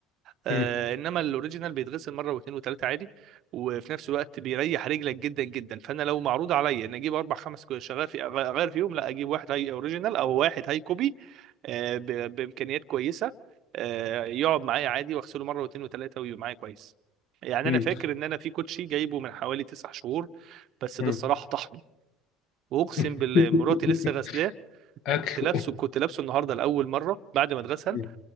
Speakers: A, on the right; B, on the left.
A: آه
B: مم.
A: انما الاوريجينال بيتغسل مره واثنين وثلاثه عادي وفي نفس الوقت بيريح رجلك جدا جدا فانا لو معروض عليا ان اجيب اربع خمس كو- شغال في أغ- اغير فيهم لا اجيب واحد هاي اوريجينال او واحد هاي كوبي آه ب- بامكانيات كويسه آه يقعد معايا عادي واغسله مره واثنين وثلاثه ويبقى معايا كويس يعني
B: مم.
A: انا فاكر ان انا في كوتشي جايبه من حوالي تسع شهور بس
B: مم.
A: ده الصراحه طحنه واقسم
B: <laughs>
A: بالله مراتي <laughs> لسه غسلاه
B: اكل
A: كنت لابسه كنت لابسه النهارده لاول مره بعد ما اتغسل
B: مم.